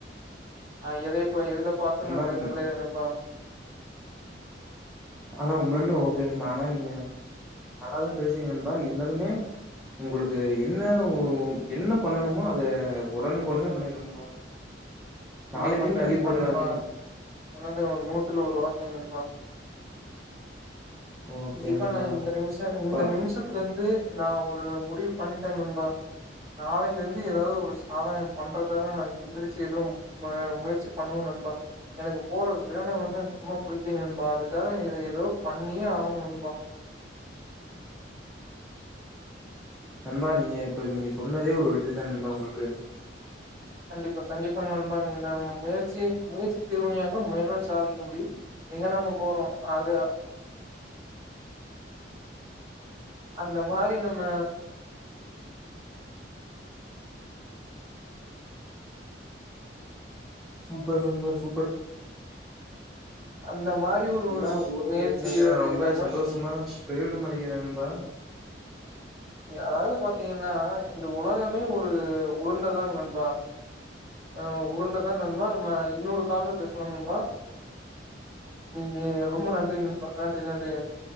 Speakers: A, on the right; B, in the centre.
A: ஆ எதை இப்ப எதுல பாத்து
B: நண்பா
A: நா பேச கெடையாது நண்பா
B: ஆனா உண்மயாலுமே ஓகே நண்பா ஆனா நீங்க நல்லாதா பேசிங்க நண்பா இருந்தாலுமே உங்களுக்கு என்ன ஒ என்ன பண்ணணுமோ அத ஒடனுக்கொடனே பண்ணிடு நண்பா
A: கண்டிப்பா
B: நாளைக்குன்னு
A: கண்டிப்பா
B: தள்ளி போட்டுறாத
A: நண்பா சொன்னது நூத்துல ஒரு வார்த்தை நண்பா
B: ஓகே
A: கண்டிப்பா
B: நண்பா.
A: நா இந்த நிமிஷ
B: இப்ப
A: இந்த நிமிஷத்துல இந்து நா ஒரு முடிவு பண்ணிட்ட நண்பா நாளைல இந்து ஏதாவது ஒரு சாதனை பண்றதுக்காக நா எந்திரிச்சிது ம முயற்சி பண்ணுவ நண்பா எனக்கு போற வேல வந்து சுத்தமா புடிக்கல நண்பா அதுக்காக இது ஏதோ பண்ணியே ஆகணு நண்பா
B: நண்பா நீங்க இப்ப நீங்க சொன்னதே ஒரு வெற்றிதான் நண்பா உங்களுக்கு
A: கண்டிப்பா கண்டிப்பா நண்பா இந்த முயற்சி முயற்சி திருவினையாக்கும் முயன்றால் சாதிக்க முடியும் எங்க நம்ம போறோ அது அந்த மாரி நம்ம
B: சூப்பர் நண்பா சூப்பர்
A: அந்த மாரி ஒரு
B: நண்பா உங்க கூட
A: முயற்சிய
B: பேசினதுக்கு எனக்கு
A: எடுத்துக்கிட்டம்னா
B: ரொம்ப சந்தோஷமா பெருமிதம் அடைக்கிறேன் நண்பா.
A: அதாவ்து பாத்தீங்கன்னா இந்த உலகமே ஒரு உருண்டதாங் நண்பா ஆ உருண்ட தா நண்பா நம்ம இன்னொரு கால்ல பேசுவோ நண்பா நீ ரொம்ப நன்றி நன்பா நன்றி நன்றி நன்றி